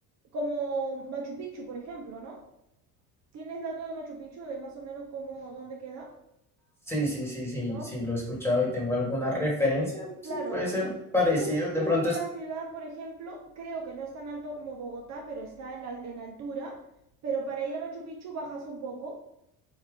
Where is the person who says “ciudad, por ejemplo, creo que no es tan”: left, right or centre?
Right